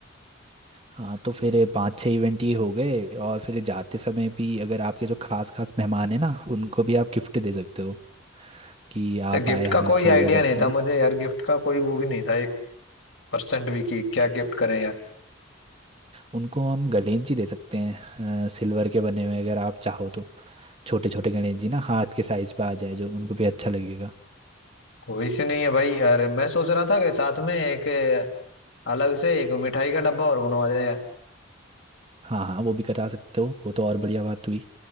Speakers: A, on the right; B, on the left.
A: हाँ तो फिर पांच छह इवेंट ये हो गए और फिर जाते समय भी अगर आपके जो खास खास मेहमान हैं ना उनको भी आप गिफ्ट दे सकते हो कि
B: अच्छा
A: आप
B: गिफ्ट
A: आए हमें
B: का कोई
A: अच्छा
B: आइडिया
A: लगा करके
B: नहीं था
A: ना
B: मुझे यार गिफ्ट का कोई वो भी नहीं था एक परसेंट भी कि क्या गिफ्ट करें यार
A: उनको हम गणेश जी दे सकते हैं सिल्वर के बने हुए अगर आप चाहो तो छोटे छोटे गणेश जी ना हाथ के साइज पे आ जाए जो उनको भी अच्छा लगेगा
B: कोई से नहीं है भाई अरे मैं सोच रहा था कि साथ में एक अलग से एक मिठाई का डब्बा और बनवा देना यार
A: हाँ हाँ वो भी करा सकते हो वो तो और बढ़िया बात हुई